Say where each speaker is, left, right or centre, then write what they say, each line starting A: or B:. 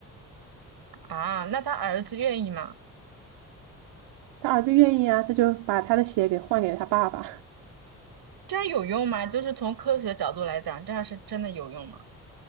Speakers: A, on the right (about 60°); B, on the right (about 70°).
A: 啊，那他儿子愿意吗？
B: 他儿子愿意啊，他就把他的血给换给他爸爸。
A: 这样有用吗？就是从科学角度来讲，这样是真的有用吗？